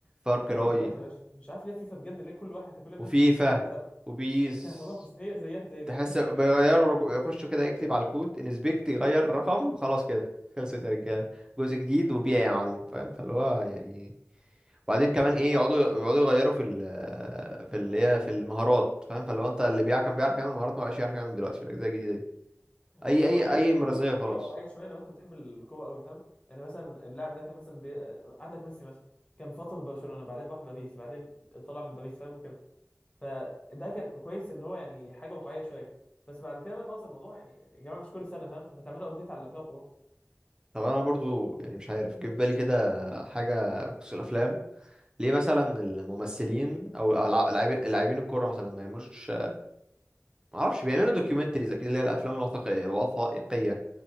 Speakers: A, on the right; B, on the left.
A: فار كراي
B: فيفا دلوقتي يا باشا مش عارف ليه فيفا بجد ليه كل واحد كل الناس
A: وفيفا
B: بتشتريها كل سنه
A: وبيس
B: يعني <laughs> خلاص هي زيها زي اللي
A: تحس
B: قبلها زي
A: بيغيروا
B: اللي قبل قبلها
A: رجو- يخشوا كده يكتب على الكود انسبكت يغير رقم خلاص كده خلصت يا رجاله جزء جديد وبيع يا معلم فاهم فاللي هو يعني وبعدين كمان
B: كمية
A: ايه
B: صعبة
A: يقعدوا
B: بجد
A: يقعدوا يغيروا في ال في اللي هي في المهارات فاهم فلو انت اللي بيع كان بيعرف يعمل مهارات ما بقاش يعرف يعمل دلوقتي في الاجزاء الجديده دي اي
B: هو بص
A: اي
B: هو حاجة
A: اي مرزيه
B: حلوة إن
A: خلاص
B: هي واقعية شوية لو أنت بتحب الكورة أوي فاهم يعني مثلا اللاعب ده كان مثلا بي... آه، عندك ميسي مثلا كان فترة في برشلونة بعدين راح باريس بعدين طلع من باريس فاهم وكده فده كان كويس إن هو يعني حاجة واقعية شوية بس بعد كده بقى خلاص الموضوع يعني يا جماعة مش كل سنة فاهم ما تعملوا أبديت على اللي قبلها وخلاص
A: طب انا برضو يعني مش عارف جه في بالي كده حاجه بخصوص الافلام ليه مثلا الممثلين او الع- اللاعبي- لاعبين الكوره مثلا ما يعملوش ما اعرفش بيعملوا دوكيومنتريز اكيد اللي هي الافلام الوثائقيه وثائقيه